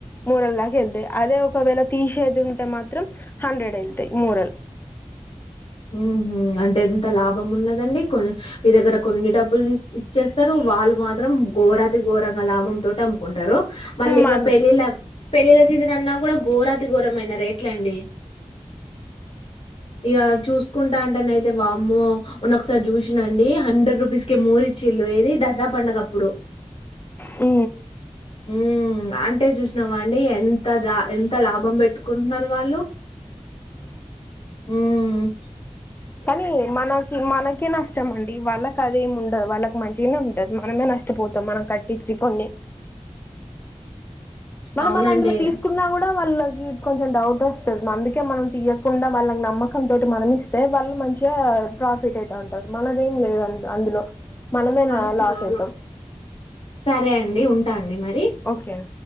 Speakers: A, on the left; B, on the left.
A: మూరల దాకా ఎళ్తయి అదే ఒకవేళ తీసేది ఉంటే మాత్రం హండ్రెడ్ ఎళ్తయి మూరలు
B: ఊహు అంటే ఎంత లాభం ఉన్నదండి కొ మీ దగ్గర కొన్ని డబ్బులు దీస్ ఇచ్చేస్తారు వాళ్ళు మాత్రం ఘోరాతిఘోరంగా లాభం తోటమ్ము కుంటరు మళ్ళీ ఇగ
A: మన్
B: పెళ్ళిళ్ళ పెళ్ళిళ్ళ సీజన్ అన్నా కూడా ఘోరాతి ఘోరమైన రేట్లండి ఇగ చూసుకుంటా అంటన అయితే వామ్మో మొన్న ఒకసారి చూసినండి హండ్రెడ్ రూపీస్ కి మూరిచిల్లు ఏది దసరప్ పండగప్పుడు
A: ఊ
B: హ్మ్. అంటే చూసినావాండి ఎంత ద ఎంత లాభం పెట్టు కున్నరు వాళ్ళు ఊ
A: కానీ మనకి మనకే నష్టం అండి వాళ్ళక్ కదేం ఉండదు వాళ్ళకి మంచిగనే ఉంటది మనమే నష్టపోతాం మనం కట్టించి కొన్ని మనం
B: అవునండి.
A: అళ్ళ అందులో తీసుకున్నా కూడా వాళ్ళకి కొంచెం డౌట్ వస్తది అందుకే మనం తీయకుండా వాళ్ళకి నమ్మకం తోటి మనం ఇస్తే వాళ్ళు మం చిగా ప్రాఫిట్ అయితే ఉంటారు మనదేం లేదు అందులో మనమేన
B: మళ్ళా
A: లాస్ ఐతం
B: సరే అండి ఉంటా అండి మరి.
A: ఓక్యా